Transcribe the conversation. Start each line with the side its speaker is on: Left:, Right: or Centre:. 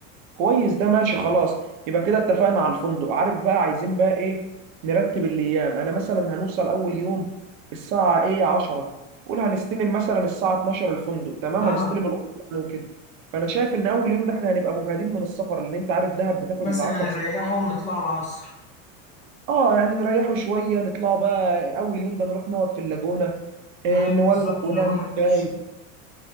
Right: كويس ده ماشي خلاص يبقى كده اتفقنا على الفندق عارف بقى عايزين بقى ايه نرتب الايام انا مثلا هنوصل اول يوم الساعه ايه 10 قول هنستلم مثلا الساعه 12 الفندق تمام
Left: اه
Right: هنستلم الاوضه يعني وكده فانا شايف ان اول يوم ده احنا هنبقى مجهدين من السفر لان انت عارف دهب بتاخد
Left: بس
Right: يجي 10
Left: انا نريحه
Right: ساعات.
Left: ونطلع العصر
Right: اه يعني نريحوا شويه نطلعوا بقى اول يوم ده نروح نقعد في اللاجونه إيه
Left: ايوه
Right: نولع
Left: بالظبط
Right: ونعمل
Left: اللاجونة بيتش
Right: شاي